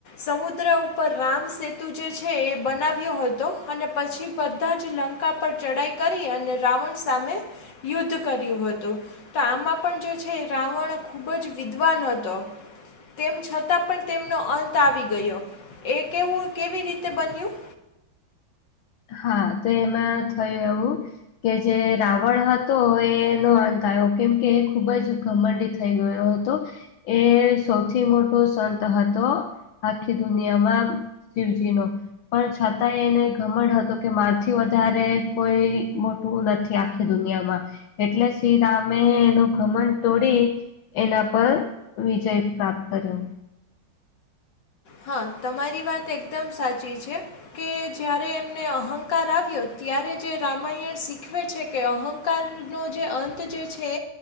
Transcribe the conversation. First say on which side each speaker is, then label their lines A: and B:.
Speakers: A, on the left; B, on the left.
A: સમુદ્ર ઉપર રામ સેતુ જે છે એ બન બનાવ્યો હતો, અને પછી બધા જ લંકા પર ચઢાઈ કરી અને રાવણ સામે યુદ્ધ કર્યું હતું, તો આમાં પણ જે છે, રાવણ ખૂબ જ વિદ્વાન હતો. તેમ છતાં પણ તેમનો અંત આવી ગયો એ કેવું કેવી રીતે બન્યું?
B: હા તો એમાં થયું એવું કે જે રાવણ હતો એનો અંત આયો કેમ કે એ ખુબ જ ગમંડી થઈ ગયો હતો. એ સૌથી મોટો સંત હતો. આખી દુનિયામાં શિવજી નો. પણ છાતાં એ એને ઘમંડ હ તો કે મારા થી વધારે કોઈ મોટું નથી આખી દુનિયામાં. એટલે શ્રીરામે એનું ઘમડ તોડી એના પર વિજય પ્રાપ્ત કર્યો.
A: હા, તમારી વાત એકદમ સાચી છે. કે જ્યારે એમને અહંકાર આવ્યો ત્યારે જે રામાયણ શીખવે છે કે અહંક કારનો જે અંત જે છે